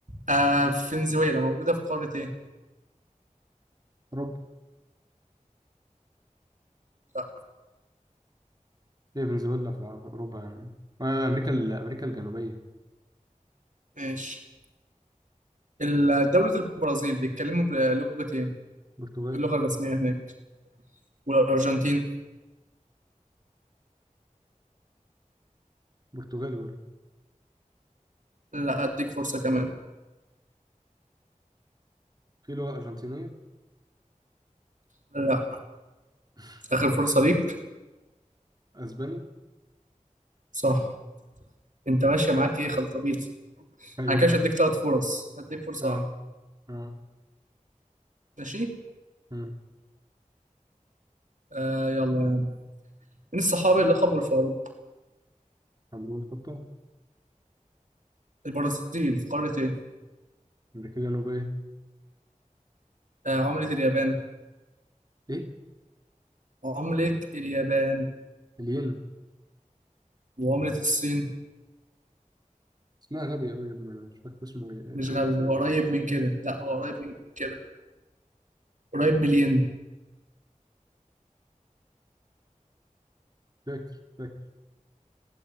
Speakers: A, on the right; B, on the right.
A: آه فنزويلا موجودة في قارة إيه
B: أوروبا
A: لا
B: هي فنزويلا في الع- في أوروبا يعني آه، أمريكا ال- أمريكا الجنوبية
A: ماشي ال- دولة البرازيل بيتكلموا بلغة إيه
B: برتغالي
A: اللغة الرسمية هناك والأرجنتين
B: برتغالي برضه
A: لا أديك فرصة كمان
B: في لغة أرجنتينية
A: لا
B: <laughs>
A: آخر فرصة ليك
B: أسباني
A: صح أنت ماشية معاك إيه خلطبيط
B: أيوه
A: انا كده هديك ثلاث فرص هديك فرصة
B: آه.
A: واحدة
B: اه
A: ماشي
B: امم
A: آه يلا يعني مين الصحابي اللي لقبوا الفاروق
B: عمرو الخطاب
A: البرازيل في قارة ايه
B: امريكا الجنوبيه
A: آه عملة اليابان
B: ايه
A: عملة اليابان
B: الين
A: وعملة الصين
B: اسمها غبي قوي يا ابني انا مش فاكر اسمه ايه
A: مش
B: قول
A: غبي
B: لي اختيارات
A: هو قريب من كده لا هو قريب من كده قريب من الين
B: فاكر فاكر